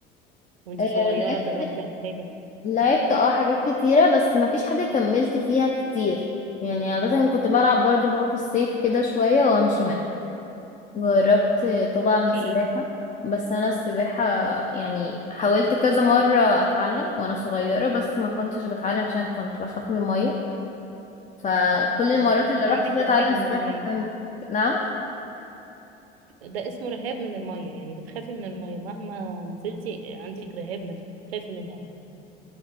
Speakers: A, on the right (about 85°); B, on the left (about 25°).
A: وانت
B: آه،
A: صغيرة
B: لعبت
A: اتدربتي على حاجة
B: لعبت اه حاجات كتيرة بس ما فيش حاجة كملت فيها كتير يعني عادة كنت بلعب برضو اللي هو في الصيف كده شوية وأمشي منها جربت طبعا
A: اتدربتي
B: سباحة
A: ايه
B: بس أنا السباحة يعني حاولت كذا مرة أتعلم وأنا صغيرة بس ما كنتش بتعلم عشان كنت بخاف من المية فكل المرات
A: آه،
B: اللي
A: انت
B: رحت
A: عندك
B: فيها
A: رهاب
B: أتعلم
A: من
B: سباحة
A: المية
B: كان نعم
A: ده اسمه رهاب من المية يعني بتخافي من المية مهما نزلتي عندك رهاب من بتخافي منها